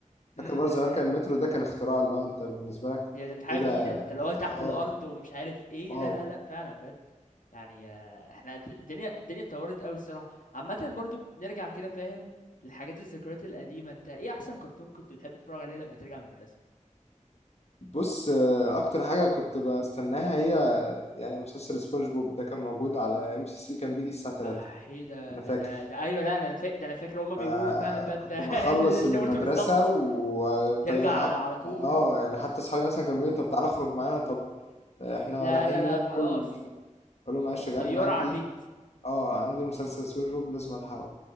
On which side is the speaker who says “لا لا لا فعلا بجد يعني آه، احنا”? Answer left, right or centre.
Left